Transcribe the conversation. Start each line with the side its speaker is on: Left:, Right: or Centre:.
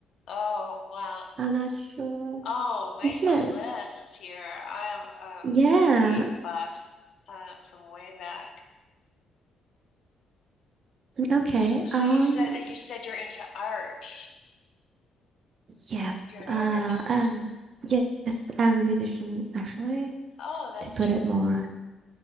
Left: Oh, wow.
Right: I'm not sure.
Left: Oh, make
Right: You should.
Left: a list here. I am
Right: Yeah.
Left: a movie buff uh, from way back.
Right: Okay.
Left: So, so
Right: Um,
Left: you said you said you're into art.
Right: yes.
Left: You're an
Right: Uh,
Left: artist.
Right: um, yes, I'm a musician actually,
Left: Oh, that's
Right: to put it more.